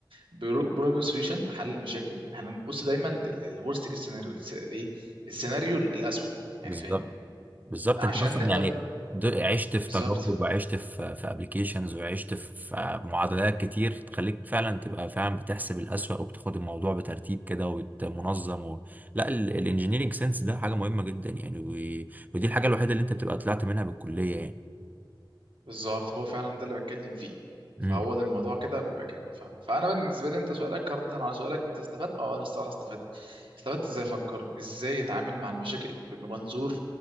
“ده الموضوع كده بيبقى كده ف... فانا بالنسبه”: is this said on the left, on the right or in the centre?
Right